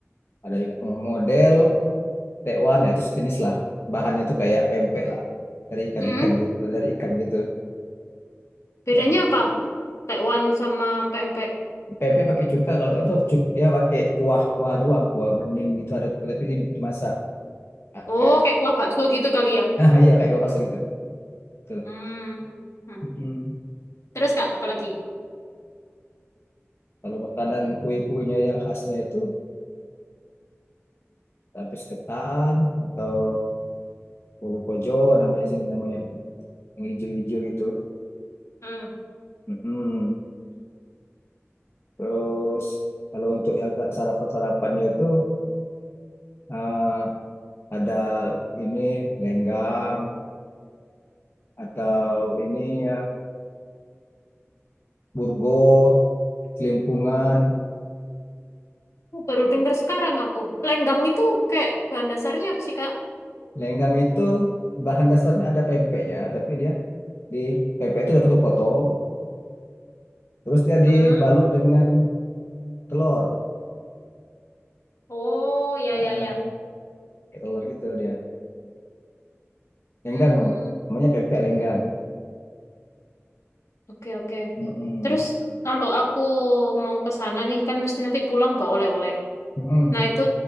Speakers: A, on the left (about 55°); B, on the left (about 85°).
A: Ada juga model tekwan, nah itu sejenis lah. Bahannya itu kayak pempek lah dari ikan-ikan
B: Hmm.
A: gitu, dari ikan gitu.
B: Bedanya
A: Ya,
B: apa? Tekwan sama pempek.
A: pempek pakai cuka kalau itu cu- dia pakai kuah-kuah doang, kuah bening gitu ada tapi di- dimasak Ah,
B: Oh,
A: kayak
B: kayak kuah bakso gitu kali ya.
A: nah iya kayak gua gitu. Betul.
B: Hmm. Hmm.
A: Hmm.
B: Terus, Kak, apa lagi?
A: Kalau makanan kue-kuenya yang khasnya itu lapis ketan atau ulu kojo namanya sih namanya yang hijau-hijau gitu.
B: Hmm.
A: Mm-mm. Terus kalau untuk yang sarapan-sarapannya itu ah, ada ini lenggang atau ini ya burgo, kelimpungan.
B: Oh, baru dengar sekarang aku. Lenggang itu kayak bahan dasarnya apa sih, Kak?
A: Lenggang itu bahan dasarnya ada pempeknya, tapi dia di pempek itu dipotong-potong, terus dia dibalut
B: Hmm.
A: dengan telur.
B: Oh, ya,
A: Nah,
B: ya,
A: ah,
B: ya.
A: kayak telur gitu dia. Lenggang
B: Hmm.
A: namanya. Namanya pempek lenggang.
B: Oke, oke.
A: Mm-mm.
B: Terus kalau aku mau ke sana nih kan mesti nanti pulang bawa oleh-oleh.
A: Mm-mm.
B: Nah, itu